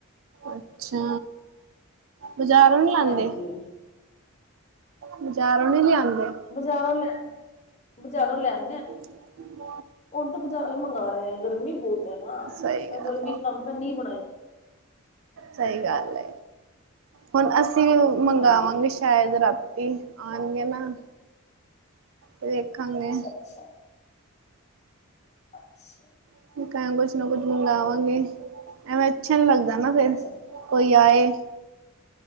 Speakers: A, on the right; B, on the left.
A: ਅੱਛਾ, ਬਜ਼ਾਰੋਂ ਨੀ ਲਿਆਂਦੇ?
B: ਹਾਂਜੀ
A: ਬਾਜ਼ਾਰੋਂ ਨੀਂ ਲਿਆਂਦੇ?
B: ਬਜਾਰੋਂ ਲੈਨੇਆ, ਬਜਾਰੋਂ ਲੈਨੇਆਂ।
A: <inaudible>
B: ਹੁਣ ਤਾਂ ਬਜਾਰੋਂ ਈ ਮੰਗਾ ਰੇਆਂ। ਗਰਮੀ ਬਓਤ ਏਨਾ,
A: ਸਹੀ ਗੱਲ
B: ਗਰਮੀ ਚ ਤਾਨੂੰ ਪਤਾ ਨੀਂ ਬਣਾਈ ਜਾਂਦੀਂ।
A: ਸਹੀ ਗੱਲ ਏ, ਹੁਣ ਅਸੀਂ ਮੰਗਾਵਾਂ
B: ਹਾਂਜੀ
A: ਗੇ ਸ਼ੈਦ ਰਾਤੀ ਆਣਗੇ ਨਾ। ਵੇਖਾਂਗੇ।
B: <unintelligible> <unintelligible>
A: <unintelligible> ਕੁਛ ਨਾ ਕੁਛ ਮੰਗਾਵਾਂਗੇ, ਐਵੇਂ ਅੱਛਾ ਨਈਂ ਲੱਗਦਾ ਨਾ ਫੇਰ,
B: ਅੱਛਾ
A: ਕੋਈ ਆਏ